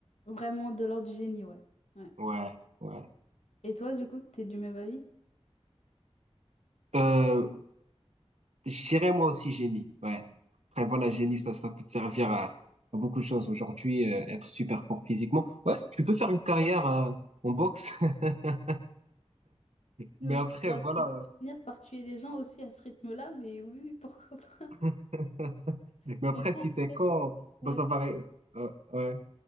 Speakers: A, on the left; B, on the right.
A: Vraiment de l'ordre du génie, ouais. Ouais.
B: Ouais, ouais.
A: Et toi, du coup, t'es du même avis?
B: Euh, je dirais moi aussi génie, ouais. Après, voilà, génie, ça, ça peut te servir à, à beaucoup de choses. Aujourd'hui, euh, être super fort physiquement. Ouais, c- tu peux faire une carrière euh, en boxe, <laughs> mais
A: Euh,
B: après,
A: ça
B: voilà.
A: va
B: euh,
A: finir par tuer les gens aussi à ce rythme-là, mais oui, oui, pourquoi pas.
B: <laughs>
A: <laughs>
B: Mais après,
A: Mais bon,
B: si t'es con,
A: ouais,
B: bah, ça
A: ça,
B: va... ré- euh, ouais.